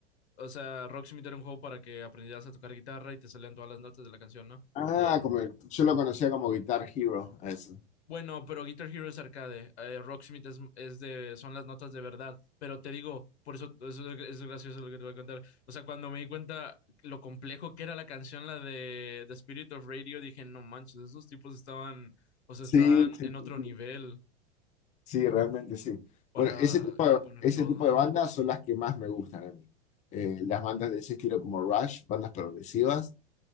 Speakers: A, on the left (about 75°); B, on the left (about 25°).
A: o sea, Rocksmith era un juego para que aprendieras a tocar guitarra y te salían todas las notas de la canción, ¿no?
B: Ah,
A: Eh,
B: como yo lo conocía como Guitar Hero, a eso.
A: Bueno, pero Guitar Hero es arcade, eh, Rocksmith es, es de, son las notas de verdad, pero te digo, por eso, eso es gracioso lo que te voy a contar. O sea, cuando me di cuenta lo complejo que era la canción, la de The Spirit of Radio, dije, no manches, esos tipos estaban, o sea,
B: Sí,
A: estaban
B: sí,
A: en otro
B: sí, sí,
A: nivel
B: Sí, realmente sí.
A: para
B: Bueno, ese tipo
A: componer
B: de, ese
A: todo.
B: tipo de bandas son las que más me gustan a mí. Eh, las bandas de ese estilo como Rush, bandas progresivas.